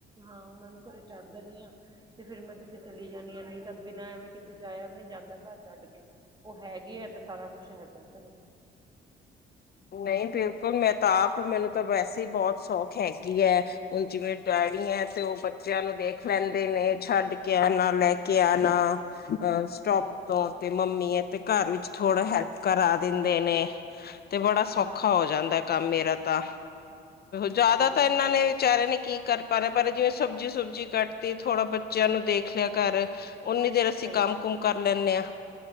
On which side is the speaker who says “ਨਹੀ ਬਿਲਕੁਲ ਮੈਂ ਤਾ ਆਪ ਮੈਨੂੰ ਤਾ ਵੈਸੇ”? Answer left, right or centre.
Left